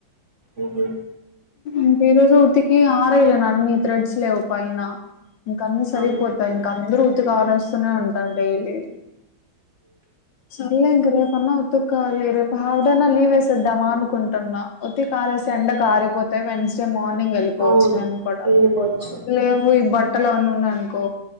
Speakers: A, on the right (about 50°); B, on the left (about 70°).
A: ఉహు
B: ఇంకా ఈ రోజు ఉతికి ఆరయలే అన్ని త్రెడ్స్ లేవు పైన ఇంకన్న సరిపోతాయి
A: అవును
B: ఇంక అందరు ఉతికి ఆరేస్తూనే ఉంటారు డైలీ సరలేే ఇంక రేపన్నా ఉత్తిక్కోవాలి రేపు హాఫ్ డేనా లీవ్ వేసేద్దామా అనుకుంటున్నా ఒత్తికి ఆరేస్తే ఎండకు ఆరిపోతాయి వెన్స్డే మార్నింగ్ వెళ్ళిపోవచ్చు
A: అవును
B: నేను కూడా
A: వెళ్ళిపోవచ్చు
B: లేవు ఇ బట్ బట్టలు అవన్నీ ఉన్నాయి అనుకో